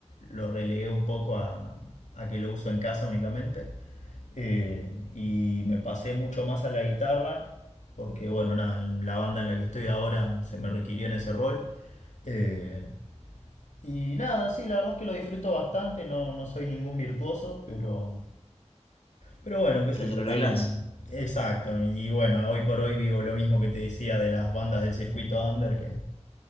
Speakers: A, on the left; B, on the left.
A: lo relegué un poco a, a que lo uso en casa únicamente. Eh, y me pasé mucho más a la guitarra porque, bueno, nada, en la banda en la que estoy ahora se me requirió en ese rol. Eh, y nada, sí, la verdad es que lo disfruto bastante, no, no soy ningún virtuoso, pero, pero bueno, qué
B: pero
A: sé yo,
B: te lo
A: también.
B: arreglás?
A: Exacto. Y bueno, hoy por hoy vivo lo mismo que te decía de las bandas del circuito under, que,